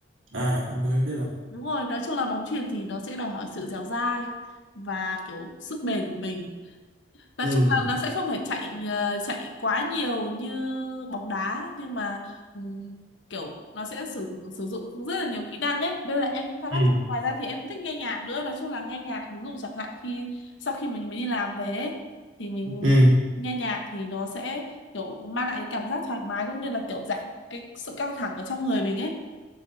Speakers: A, on the right; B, on the left.
A: à anh có biết không
B: Đúng rồi, nói chung là bóng chuyền thì nó sẽ đòi hỏi sự dẻo dai và kiểu sức bền của mình. nói
A: ừ
B: chung là nó sẽ không phải chạy ờ, chạy quá nhiều như bóng đá nhưng mà ừm, kiểu nó sẽ sử sử dụng rất là nhiều kỹ năng ấy đây là em cũng khá
A: ừ
B: là thích ngoài ra thì em cũng thích nghe nhạc nữa nói chung là nghe nhạc ví dụ chẳng hạn khi sau khi mình, mình đi làm về ấy, thì mình
A: ừ
B: nghe nhạc thì nó sẽ kiểu mang lại cái cảm giác thoải mái cũng như là kiểu giảm cái sự căng thẳng ở trong người mình ấy